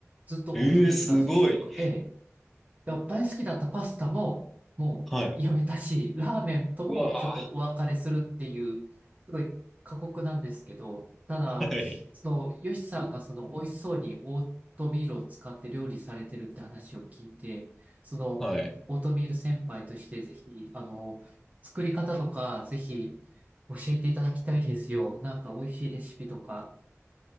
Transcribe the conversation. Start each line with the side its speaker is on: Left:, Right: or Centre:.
Right: ずっとオートミールなんですよ、
Centre: ええすごい。
Right: 主食。えで大好きだったパスタも、もうやめたし、
Centre: はい。
Right: ラーメンともちょっとお別れするっていう、
Centre: うわ
Right: すごい過酷なんですけど、ただ、
Centre: あ。はい。
Right: その、ヨシさんがその、美味しそうにオートミールを使って料理されてるって話を聞いて、その、
Centre: はい。
Right: オートミール先輩としてぜひ、あの、作り方とか、ぜひ、教えていただきたいんですよ。なんか美味しいレシピとか。